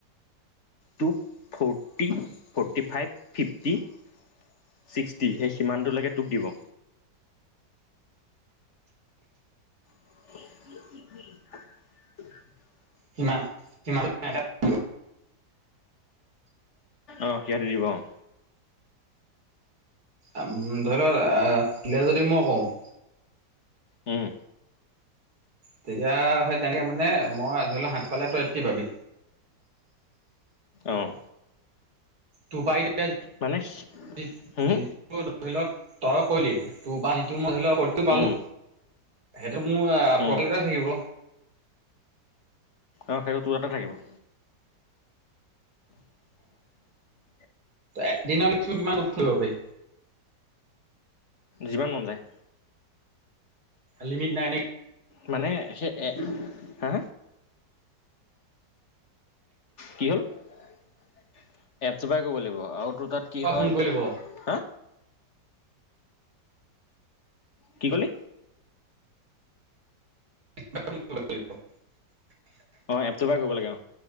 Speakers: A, on the left (about 40°); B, on the right (about 55°).
A: তোক forty, forty five, fifty. Sixty সেইষ। কিমানটোৰ লাগে তোক দিব। <inaudible>
B: সিমান সিমানে এটা দিব।
A: অ', সিহঁতে দিব অ',
B: আম ধৰি ল আ, <unintelligible> যদি মই কওঁ।
A: উম।
B: তেতিয়া হয় তেনেকে মানে মই ধৰি ল' সাত পালে তই এইতটি পাবি।
A: অ',
B: তোৰ পাই <unintelligible>
A: মানে হম
B: ধৰি লত তই কলি তোৰ বা যিটো মই ধৰি ল কতটো পালো।
A: উম
B: যে মুৱা
A: উম
B: প্ৰকলিতে থাকিব।
A: অ', সেইটো তোৰ তাতে থাকিব। <inaudible>
B: এক দিনত <unintelligible> পাৰি?
A: যিমান মন যায়।
B: লিমিট নাই নে?
A: মানে সেই এ, হা। কি হ'ল এপছোপাই ক'ৰিব লাগিব। আৰু তোৰ তাত
B: কিবা
A: কি হয়,
B: ফোন কৰি ল'ব
A: হা। কি কলি?
B: <inaudible>
A: অ', এপটোৰ পৰাই কৰিব লাগে অ'।